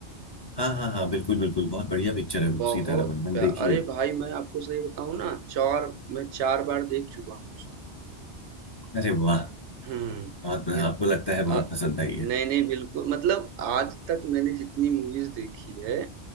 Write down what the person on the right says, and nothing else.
बहुत
प्या
अरे
भाई मैं आपको सही बताऊँ ना 4 मैं 4 बार देख चुका हूँ उसको।
हुँ,
मैं
अ,
नहीं, नहीं बिल्कुल मतलब आज तक मैंने जितनी मूवीज़ देखी है,